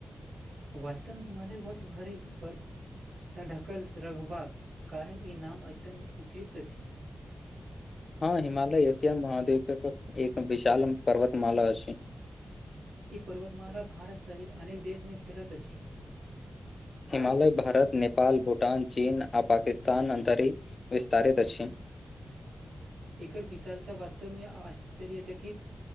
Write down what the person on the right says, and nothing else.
वास्तव हिमालय वर्ष भरि बर् सर ढकबा रहबाक कारण ई नाम अत्यन्त उपयुक्त छी
ई पर्वतमाला भारत सहित अनेक देश मे फैलत अछि
एकर विशालता वास्तव्य आश्चर्यचकित